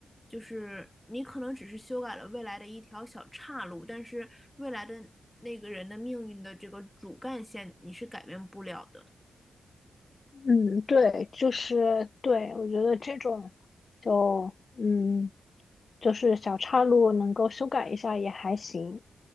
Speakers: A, in the centre; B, on the left (about 45°).
A: 就是你可能只是修改了未来的一条小岔路，但是未来的那个人的命运的这个主干线你是改变不了的。
B: 嗯，对，就是对，我觉得这种就嗯，就是小岔路能够修改一下也还行。